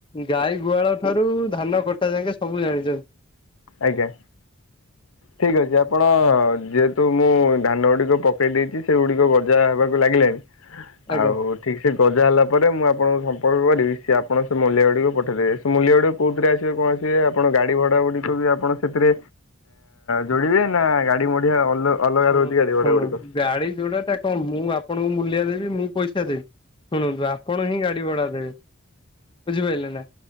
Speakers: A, on the left; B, on the left.
A: ଗାଈ ଗୁହାଳ ଠାରୁ ଧାନ କଟା ଯାକେ ସବୁ ଜାଣିଚନ୍ତି।
B: ଆଜ୍ଞା।
A: <inaudible>
B: ଠିକ୍ ଅଛି ଆପଣ ଯେହେତୁ ମୁଁ ଧାନ ଗୁଡ଼ିକ ପକେଇ ଦେଇଚି ସେଗୁଡ଼ିକ ଗଜା ହେବାକୁ ଲାଗିଲାଣି
A: ଆଜ୍ଞା।
B: ଆଉ ଠିକ୍ ସେ ଗଜା ହେଲା ପରେ ମୁଁ ଆପଣଙ୍କୁ ସମ୍ପର୍କ କରିବି ସିଏ ଆପଣ ସେମୂଲ୍ୟା ଗୁଡ଼ିକ ପଠେଇଦେବେ? ସେମୂଲିଆ ଗୁଡ଼ା କଉଥିରେ ଆସିବେ କଣ ଆସିବେ ଆପଣ ଗାଡ଼ି ଭଡ଼ା ଭଡ଼ି ବି ଆପଣ ସେଥିରେ ଯୋଡ଼ିବେ ନାଗାଡ଼ି ମଢିଆ ଅଲ ଅଲଗା
A: ଶୁଣନ୍ତୁ
B: ରହୁଛି ଗାଡ଼ି
A: ଶୁଣନ୍ତୁ
B: ଭଡ଼ା ଗୁଡ଼ିକ
A: ଗାଡ଼ି ଯୋଉଟା ତା କଣ ମୁଁ ଆପଣଙ୍କୁ ମୂଲିଆ ଦେବି ମୁଁ ପଇସା ଦେବି ଶୁଣନ୍ତୁ ଆପଣହିଁ ଗାଡ଼ି ଭଡ଼ା ଦେବେ। ବୁଝିପାଇଲେନା।